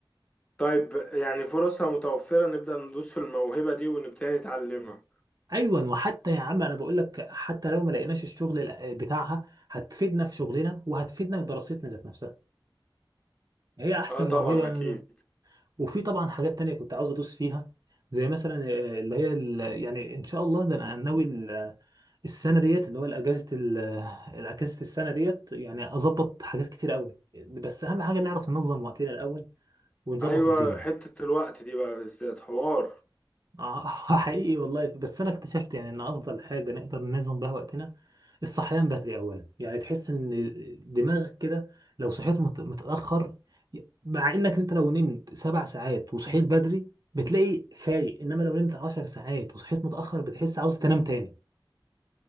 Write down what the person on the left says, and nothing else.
طيب يعني فرصها متوفرة نبدأ ندوس في الموهبة دي ونبتدي نتعلمها
اه طبعا
اكيد
ايوه
حتة الوقت دي بقى بالذات حوار